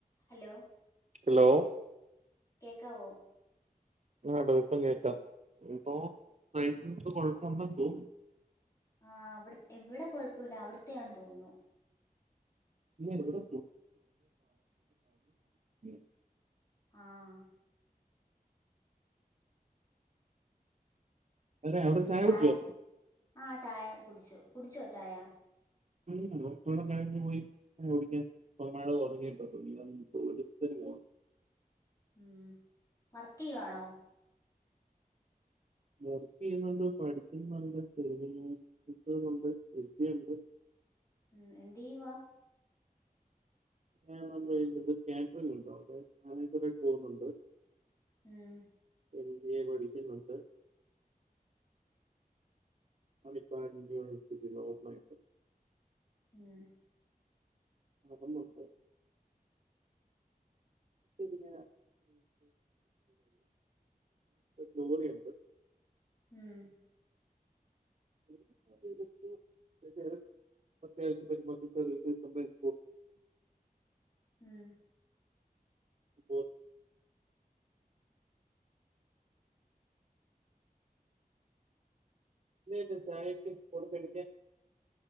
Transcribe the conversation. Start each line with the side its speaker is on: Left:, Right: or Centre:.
Left: Hello
Right: hello
Left: കേക്കാവോ
Right: ആടോ ഇപ്പം കേക്കാം എന്തോ റേഞ്ച് കൊയപ്പണ്ടെന്ന് തോന്നുന്നു.
Left: ആഹ് അവിടെ ഇവിടെ കുഴപ്പല്ല അവിടുത്തെന്ന് തോന്നുന്നു.
Right: ഇല്ല ഇവിടെ <unintelligible>
Left: ആഹ്
Right: അതെ അവിടെ
Left: പി ചായ
Right: കുടിച്ചോ
Left: ആഹ് ചായ കുടിച്ചു കുടിച്ചോ ചായ
Right: <unintelligible> കഴിഞ് പോയി <unintelligible> മഴ <unintelligible>
Left: ഉം വർക്ക് ചെയ്യുവാണോ
Right: വർക്ക് ചെയ്യുന്നുണ്ട് പഠിക്കുന്നുണ്ട് ചെറിയ ഒരു <unintelligible>
Left: ഉം എന്തീയ് വാ
Right: ഞാൻ നല്ല കാറ്ററിംഗ് ഉണ്ട് അവിടെ മാനേജർ ആയിട്ട് പോകുന്നുണ്ട്
Left: ഉം
Right: എംബിഎ പഠിക്കുന്നുണ്ട് <unintelligible> യൂർസിറ്റ ഓപ്പ ആയിട്ട്
Left: ഉം
Right: അതൊന്നണ്ട് ശരിയ ലോറിയുണ്ട്
Left: ഉം
Right: <unintelligible>
Left: ഉം
Right: പോ ഇന്നെന്താ ചായക്ക് <unintelligible> പെണ്ണിന്റെ